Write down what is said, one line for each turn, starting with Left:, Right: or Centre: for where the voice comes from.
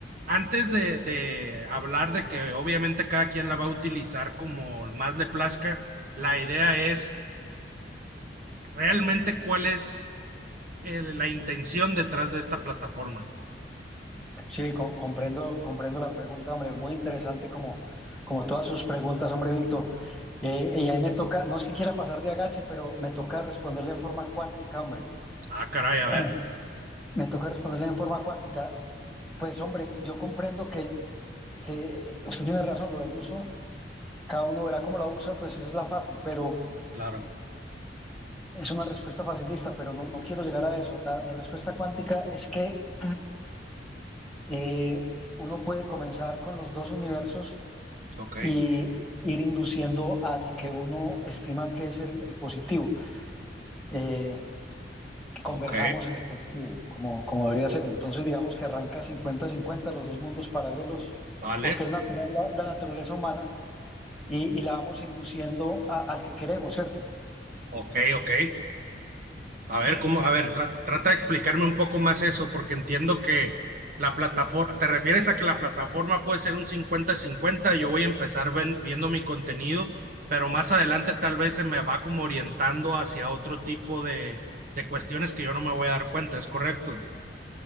Right: antes de, de hablar de que obviamente cada quien la va a utilizar como más le plazca, la idea es realmente cuál es eh, la intención detrás de esta plataforma.
Centre: Sí, com- comprendo, comprendo la pregunta, hombre, muy interesante como, como todas sus preguntas, hombre, Vito. Eh, y ahí me toca, no es que quiera pasar de agache, pero me toca responderle en forma cuántica, hombre.
Right: Ah, caray, a
Centre: <clears throat>
Right: ver,
Centre: Me toca responderle en forma cuántica. Pues, hombre, yo comprendo que, que usted tiene razón, lo del uso, cada uno verá cómo la usa, pues esa es la fácil, pero
Right: claro.
Centre: es una respuesta facilista, pero no, no quiero llegar a eso. La, la respuesta cuántica es que <clears throat> eh, uno puede comenzar con los dos universos
Right: Ok,
Centre: y ir induciendo al que uno estima que es el, el positivo, eh, que converjamos
Right: ok,
Centre: en el positivo, como, como debería ser. Entonces, digamos que arranca cincuenta cincuenta los dos mundos paralelos,
Right: vale,
Centre: porque es natural la, la naturaleza humana y, y la vamos induciendo a- al que queremos, ¿cierto?
Right: ok, ok. A ver, cómo, a ver, tra- trata de explicarme un poco más eso, porque entiendo que la plataforma, ¿te refieres a que la plataforma puede ser un cincuenta-cincuenta 50 Yo voy a empezar ven- viendo mi contenido, pero más adelante tal vez se me va como orientando hacia otro tipo de, de cuestiones que yo no me voy a dar cuenta, ¿es correcto?